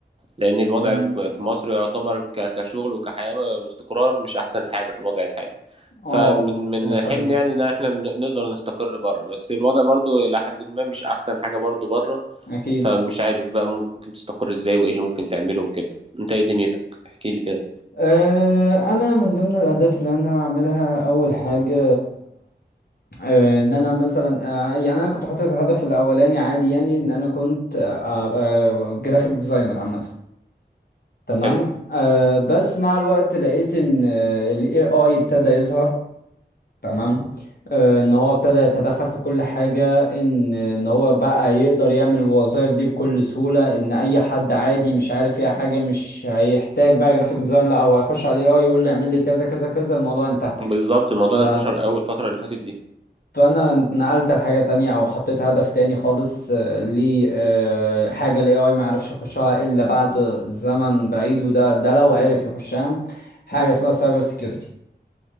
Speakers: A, on the right; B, on the left.
A: لأن الوضع
B: إن-
A: في في مصر يعتبر ك- كشغل وكحياة واستقرار مش أحسن حاجة في الوضع الحالي
B: اه
A: فمن من
B: إلى حد
A: حلم
B: ما
A: يعني إن احنا ن- نقدر نستقر بره بس الوضع برضو إلى حد ما مش أحسن حاجة برضو بره
B: أكيد
A: فمش عارف بقى ممكن تستقر إزاي وإيه اللي ممكن تعمله وكده أنت إيه دنيتك؟ احكي لي كده
B: أه أنا من ضمن الأهداف اللي أنا بعملها أول حاجة آه، ان انا مثلا آه، يعني انا كنت حاطط الهدف الاولاني عادي يعني ان انا كنت آه، ابقى جرافيك ديزاينر عامه تمام
A: حلو
B: آه بس مع الوقت لقيت ان آه، ال AI ابتدى يظهر تمام آه ان هو ابتدى يتدخل في كل حاجة ان ان هو بقى يقدر يعمل الوظائف دي بكل سهولة ان اي حد عادي مش عارف فيها حاجة مش هيحتاج بقى جرافيك ديزاين لا هو هيخش على ال AI يقول له اعمل لي كذا كذا كذا الموضوع انتهى
A: بالظبط الموضوع
B: ده
A: ده انتشر أول الفترة اللي فاتت دي
B: فانا اتنقلت لحاجه تانية او حطيت هدف تاني خالص آه، لي آه، حاجه الاي اي ما يعرفش يخشها الا بعد زمن بعيد وده ده لو عرف يخشها حاجه اسمها سايبر سيكيورتي